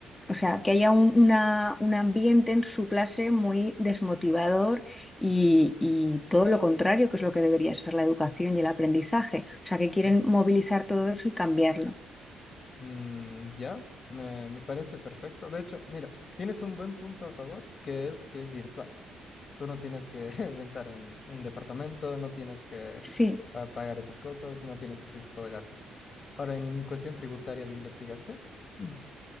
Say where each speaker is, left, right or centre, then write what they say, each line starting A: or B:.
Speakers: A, on the left; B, on the left.
A: o sea, que haya un, una- un ambiente en su clase muy desmotivador y, y todo lo contrario, que es lo que debería ser la educación y el aprendizaje. O sea, que quieren
B: sí.
A: movilizar todo eso y cambiarlo.
B: Mm, ya, me, me parece perfecto. De hecho, mira, tienes un buen punto a favor, que es que es virtual. Tú no tienes que <laughs> rentar un, un departamento, no tienes que
A: Sí,
B: ah, pagar esas cosas, no tienes ese tipo de gastos. Ahora, en cuestión tributaria, ¿lo investigaste? Mm.